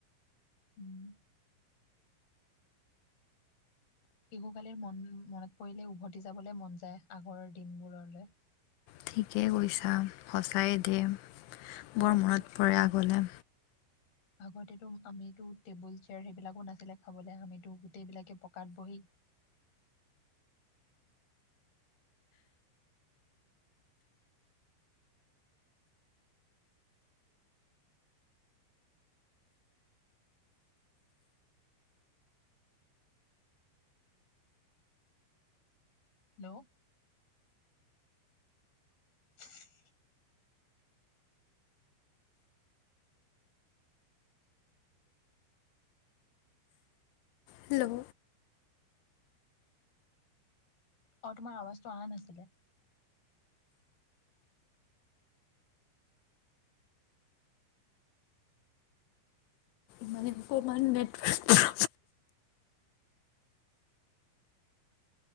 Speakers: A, on the left; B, on the left.
A: উম। শিশু কালিৰ মন মনত পৰিলে উভতি যাবলৈ মন যায় আগৰ দিনবোৰলৈ।
B: ঠিকেই কৈছা সঁচাই দিম।
A: আগতেতো
B: বৰ মনত পৰে আগলৈ।
A: আগতেতো আমিতো টেবুল চেয়াৰ সেইবিলাকো নাছিলে খাবলৈ আমিতো গোটেইবিলাকে পকাত বহি হেল্ল'। <inaudible>
B: হেল্ল'।
A: অ', তোমাৰ আৱাজটো অহা নাছিলে।
B: মোৰ মানে অকণমান নেটৰ্ক্